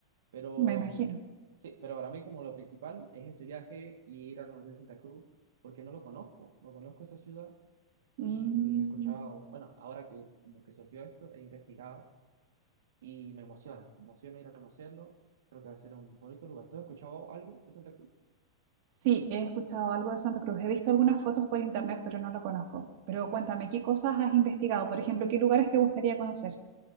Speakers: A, on the right (about 80°); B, on the right (about 60°).
A: pero
B: Me imagino.
A: mm, sí, pero para mí como lo principal es ese viaje y ir a conocer Santa Cruz, porque no lo conozco, no conozco esa ciudad
B: Mm,
A: y he escuchado, bueno, ahora que, como que surgió esto, he investigado y me emociona, me emociona ir a conocerlo, creo que va a ser un bonito lugar. ¿Tú has escuchado algo de Santa Cruz?
B: sí, he escuchado algo de Santa Cruz, he visto algunas fotos por internet, pero no lo conozco. Pero cuéntame, ¿qué cosas has investigado? Por ejemplo, ¿qué lugares te gustaría conocer?